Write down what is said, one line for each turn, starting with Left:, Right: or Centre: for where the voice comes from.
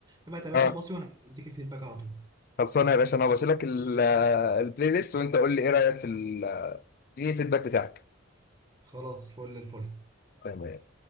Right: ابعت يا باشا
Left: اه
Right: وباصي وانا هديك الفيدباك على طول
Left: خلصانه يا باشا انا بسيلك البلاي ليست وانت قول لي ايه رايك في ال- اديني الفيدباك بتاعك
Right: خلاص فل الفل
Left: تمام